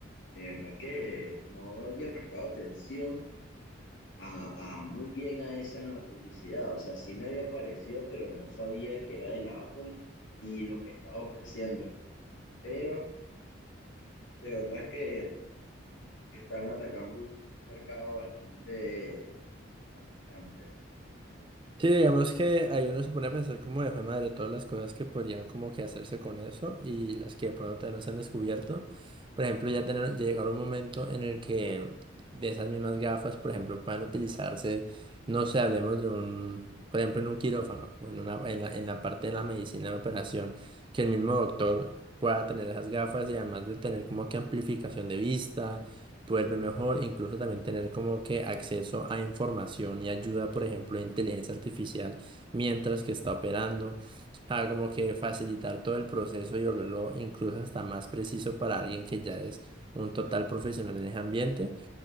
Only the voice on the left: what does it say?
de verdad que no había prestado atención a, a muy bien a esa publicidad. O sea, sí me había parecido, pero no sabía que era de la Apple ni lo que estaba ofreciendo. Pero de verdad que están atacando un mercado bastante, bastante amplio.